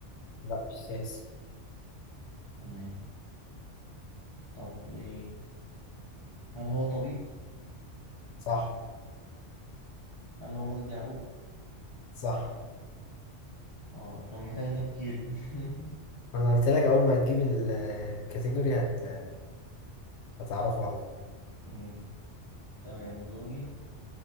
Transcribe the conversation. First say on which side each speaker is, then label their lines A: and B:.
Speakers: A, on the left; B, on the left.
A: لا مش سياسي
B: تمام طب ايه هل هو طبيب؟
A: صح
B: هل هو مجدي يعقوب؟
A: صح
B: اه كان محتاجة تفكير دي <laughs>
A: انا قلت لك اول ما تجيب ال- الكاتيجوري هت... هتعرفه على طول
B: مم. تمام دوري